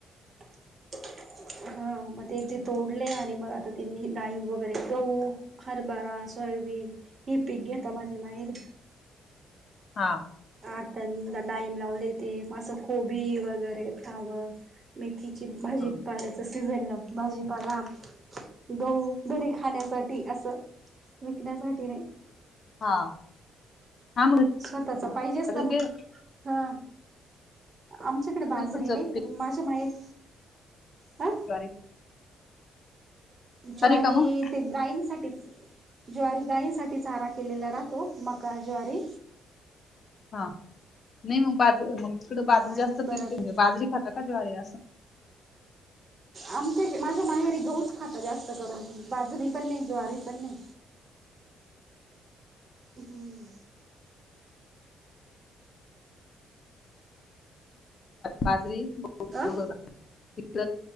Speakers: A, on the right; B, on the left.
A: हा मग ते एक जे तोडले आणि मग आता त डाईम वगैरे गहू. हरभरा सोयाबीन हे पीक घेता माझ्या माहेरी.
B: हा.
A: आता डाळींब लावले ते असं कोबी वगैरे फ्लावर. मेथीची भाजी
B: हा
A: पाल्याचा सीझनला. भाजीपाला, गहू घरी खाण्यासाठी असं. विकण्यासाठी नाही.
B: हा हा
A: स्वतःचा पाहिजेच ना मग
B: <unintelligible>
A: हा आमच्याकडे बाजरी
B: पण
A: नाही
B: जप
A: केली माझ्या माहेरी. हा
B: सरी. <unintelligible>
A: ज्वारी
B: का मग
A: ते गायंसाठीच. ज्वारी गायींसाठीच चारा केलेला राहतो मका, ज्वारी.
B: हा नाही मग बाजरी मग तिकड बाजरी
A: आणि
B: जास्त
A: परत
B: पिकते म्हजे बाजरी खाता का ज्वारी असं.
A: आमच्या माझ्या माहेरी गहुच खाता जास्त करून बाजरी पण नाही, ज्वारी पण नाही. हम्म.
B: बाजरी त.
A: अ